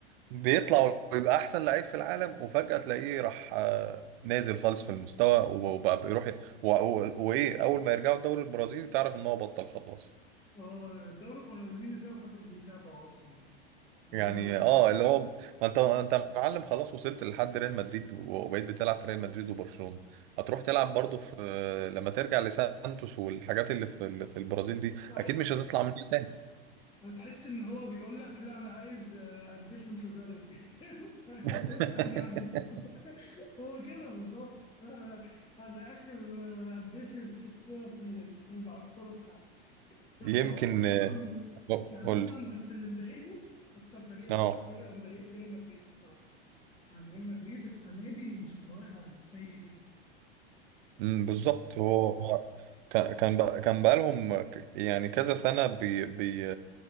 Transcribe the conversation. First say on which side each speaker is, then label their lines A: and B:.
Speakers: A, on the right; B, on the left.
A: بيطلع ويبقى احسن لعيب في العالم وفجأة تلاقيه راح آه، نازل خالص في المستوى وبقى بيروح ي- و- و- وايه اول ما يرجعوا الدوري البرازيلي تعرف ان هو بطل خلاص
B: آه، الدوري البرازيلي ده محدش بيتابعه أصلا إن هم
A: يعني اه اللي هو ما انت انت معلم خلاص وصلت لحد ريال مدريد وبقيت بتلعب في ريال مدريد وبرشلونة هتروح تلعب برضه في لما ترجع لسانتوس والحاجات اللي في ال- في البرازيل دي
B: آه،
A: اكيد مش هتطلع منها تاني
B: تحس إن هو بيقول لك لا أنا عايز آه، أدفن في بلدي <laughs> فاهم؟ عايز
A: <laughs>
B: أدفن أرجع أدفن هو كده بالظبط أنا أنا آخر آه، أدفن في الكورة في بلدي فاهم على الكورة بتاعتي بس
A: يمكن
B: هو اصلا
A: آه،
B: يعني
A: قول
B: مثلا
A: لي
B: بس اللي مضايقني اكتر فريق
A: اه
B: فرقه مضايق ريال مدريد بصراحه يعني ريال مدريد السنه دي مستواها سيء جدا
A: مم، بالظبط هو هو ك- كان بقى كان بقالهم ك- يعني كذا سنة بي بي